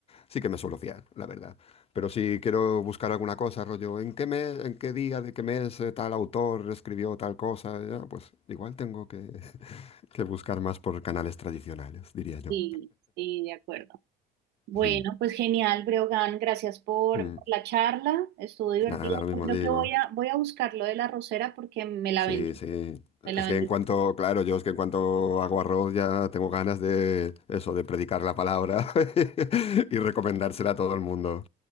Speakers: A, on the left; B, on the right.
A: sí que me suelo fiar, la verdad. Pero si quiero buscar alguna cosa, rollo, ¿en qué mes, en qué día de qué mes eh, tal autor escribió tal cosa? Ya, pues igual tengo que, <laughs> que buscar más por canales tradicionales, diría yo.
B: sí, sí, de acuerdo. Bueno,
A: Ujú.
B: pues genial, Breogán, gracias por,
A: Mm.
B: por la charla, estuvo divertida.
A: Nada, lo mismo
B: Yo creo
A: digo.
B: que voy a, voy a buscar lo de la rosera porque me la
A: Sí,
B: vendiste,
A: sí.
B: me la
A: Es
B: vendiste.
A: que en cuanto, claro, yo es que en cuanto hago arroz ya tengo ganas de eso, de predicar la palabra <laughs> y recomendársela a todo el mundo.